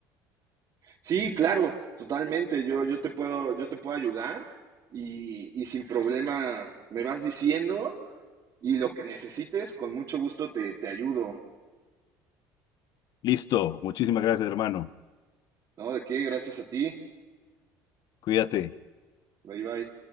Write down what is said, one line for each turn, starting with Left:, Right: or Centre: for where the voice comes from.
Right: sí, claro, totalmente. Yo yo te puedo yo te puedo ayudar y, y sin problema me vas diciendo y lo que necesites con mucho gusto te te ayudo,
Left: Listo. Muchísimas gracias, hermano.
Right: ¿no? De qué, gracias a ti.
Left: Cuídate.
Right: Bye bye.